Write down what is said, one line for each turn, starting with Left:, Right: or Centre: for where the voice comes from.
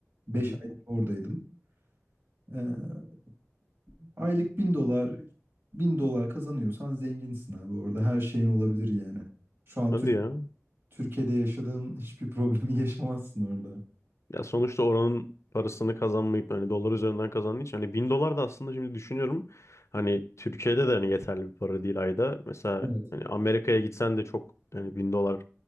Right: beş
Left: hı hı.
Right: ay oradaydım. E, aylık 1000 dolar 1000 dolar kazanıyorsan zenginsin abi orada her şeyin olabilir yani. Şu an
Left: Hadi
Right: Türk
Left: ya.
Right: Türkiye'de yaşadığın hiçbir problemi <laughs> yaşamazsın orada.
Left: Ya sonuçta oranın parasını kazanmayıp hani dolar üzerinden kazandığın için hani bin dolar da aslında şimdi düşünüyorum hani Türkiye'de de hani yeterli bir para değil ayda. Mesela
Right: Evet.
Left: hani Amerika'ya gitsen de çok hani bin dolar